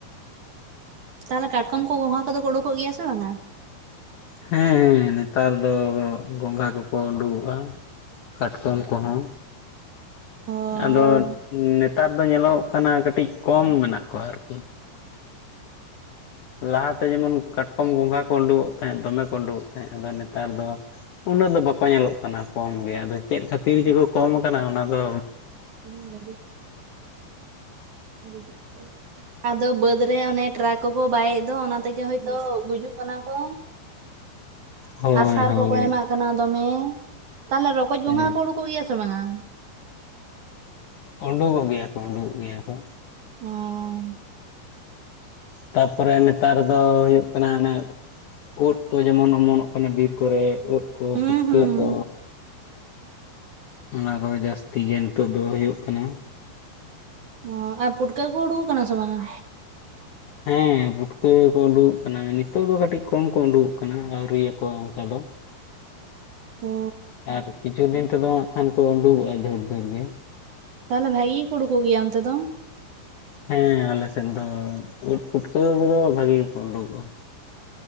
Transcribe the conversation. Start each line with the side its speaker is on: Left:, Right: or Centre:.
Right: ᱛᱟᱦᱚᱞᱮ ᱠᱟᱴᱠᱚᱢ ᱠᱚ ᱜᱚᱝᱜᱷᱟ ᱠᱚᱫᱚ ᱠᱚ ᱚᱰᱳᱠᱚᱜ ᱜᱮᱭᱟ ᱥᱮ ᱵᱟᱝᱟ?
Left: ᱦᱮᱸ ᱦᱮᱸ ᱱᱮᱛᱟᱨ ᱫᱚ ᱜᱚᱝᱜᱷᱟ ᱠᱚᱠᱚ ᱳᱰᱳᱠᱚᱜ-ᱟ᱿ ᱠᱟᱴᱠᱚᱢ ᱠᱚ ᱦᱚᱸ᱾
Right: ᱚ
Left: ᱟᱫᱚ ᱱᱮᱛᱟᱨ ᱫᱚ ᱧᱮᱞᱚᱜ ᱠᱟᱱᱟ ᱠᱟᱹᱴᱤᱡ ᱠᱚᱢ ᱢᱮᱱᱟᱜ ᱠᱚᱣᱟ ᱟᱨᱠᱤ᱾ ᱞᱟᱦᱟ ᱛᱮ ᱡᱮᱢᱚᱱ ᱠᱟᱴᱠᱚᱢ ᱜᱚᱸᱜᱷᱟ ᱠᱚ ᱳᱸᱰᱳᱠᱚᱜ ᱛᱟᱦᱮᱸᱫ ᱫᱚᱢᱮ ᱠᱚ ᱳᱸᱰᱳᱠᱚᱜ ᱛᱟᱦᱮᱸᱜ ᱟᱫᱚ ᱱᱮᱛᱟᱨ ᱫᱚᱼᱼ ᱩᱱᱟᱹᱜ ᱫᱚ ᱵᱟᱠᱚ ᱧᱮᱞᱚᱜ ᱠᱟᱱᱟ ᱠᱚᱢ ᱜᱮ ᱟᱫᱚ ᱪᱮᱫ ᱠᱷᱟᱹᱛᱤᱨ ᱡᱮᱠᱚ ᱠᱚᱢ ᱠᱟᱱᱟ ᱚᱱᱟ ᱫᱚᱼᱼ
Right: ᱪᱮ‌ ᱢᱮ ᱜᱟᱰᱤ <inaudible> ᱟᱫᱚ ᱵᱟᱹᱫᱽ ᱨᱮ ᱚᱱᱮ ᱴᱨᱟᱠ ᱠᱚᱠᱚ ᱵᱟᱭᱮᱜ ᱫᱚ ᱚᱱᱟ ᱛᱮᱜᱮ ᱦᱚᱭᱛᱚ ᱜᱩᱡᱩᱜ ᱠᱟᱱᱟ ᱠᱚ᱾
Left: ᱦᱳᱭ
Right: ᱟᱨ ᱥᱟᱨ
Left: ᱦᱳᱭ
Right: ᱠᱚᱠᱚ ᱮᱢᱟᱜ ᱠᱟᱱᱟ ᱫᱚᱢᱮ᱾ ᱛᱟᱦᱚᱞᱮ ᱨᱚᱠᱚᱡᱽ ᱜᱚᱝᱜᱷᱟ
Left: ᱦᱮᱸ
Right: ᱠᱚ ᱳᱰᱳᱠᱚᱜ ᱜᱮᱭᱟ ᱥᱮ ᱵᱟᱝᱟ?
Left: ᱳᱸᱰᱳᱜᱚᱜ ᱜᱮᱭᱟ ᱠᱚ ᱩᱸᱰᱩᱜ ᱜᱮᱭᱟ ᱠᱚ᱾
Right: ᱚᱸᱻ᱾
Left: ᱛᱟᱯᱚᱨᱮ ᱱᱮᱛᱟᱨ ᱫᱚ ᱦᱩᱭᱩᱜ ᱠᱟᱱᱟ ᱟᱱᱮ ᱩᱫ ᱠᱚ ᱡᱮᱢᱚᱱ ᱚᱢᱚᱱᱚᱜᱼᱼ ᱠᱟᱱᱟ ᱵᱤᱨ ᱠᱚᱨᱮ ᱳᱫ ᱠᱚ
Right: ᱦᱩᱸ
Left: ᱯᱩᱴᱠᱟᱹ
Right: ᱦᱩᱸ
Left: ᱠᱚ᱾ ᱚᱱᱟ ᱠᱚ ᱜᱮ ᱡᱟᱥᱛᱤ ᱜᱮ ᱱᱤᱛᱚᱜ ᱫᱚ ᱦᱳᱭᱳᱜ ᱠᱟᱱᱟ᱾
Right: ᱚᱸᱻ ᱟᱨ ᱯᱩᱴᱠᱟᱹ ᱠᱚ ᱩᱰᱩᱠᱚᱜ ᱠᱟᱱᱟ ᱥᱮ ᱵᱟᱝᱟ?
Left: ᱦᱮᱸ ᱯᱩᱴᱠᱟᱹ ᱠᱚ ᱩᱰᱩᱠᱚᱜ ᱠᱟᱱᱟ ᱱᱤᱛᱚᱜ ᱫᱚ ᱠᱟᱹᱴᱤᱡ ᱠᱚᱢ ᱠᱚ ᱩᱰᱩᱠᱚᱜ ᱠᱟᱱᱟ ᱟᱹᱣᱨᱤ ᱭᱟ ᱠᱚᱣᱟ ᱚᱝᱠᱟ ᱫᱚ᱾
Right: ᱚ
Left: ᱟᱨ ᱠᱤᱪᱷᱩ ᱫᱤᱱ ᱛᱮᱫᱚ ᱦᱟᱸᱜ ᱠᱷᱟᱱ ᱠᱚ ᱩᱸᱰᱩᱜᱚᱜ-ᱟ ᱰᱷᱮᱨᱼᱰᱷᱮᱨ ᱜᱮ᱾
Right: ᱛᱟᱦᱚᱞᱮ ᱵᱷᱟᱜᱤ ᱜᱤᱠᱩ ᱩᱰᱩᱠᱚᱜ ᱜᱮᱭᱟ ᱚᱱᱛᱮ ᱫᱚ᱾
Left: ᱦᱮᱸ ᱟᱞᱮ ᱥᱮᱱ ᱫᱚ ᱩᱫ ᱯᱩᱴᱠᱟᱹᱣ ᱠᱚᱫᱚ ᱵᱷᱟᱜᱤ ᱜᱮᱠᱚ ᱩᱸᱰᱩᱜᱚᱜ-ᱟ᱾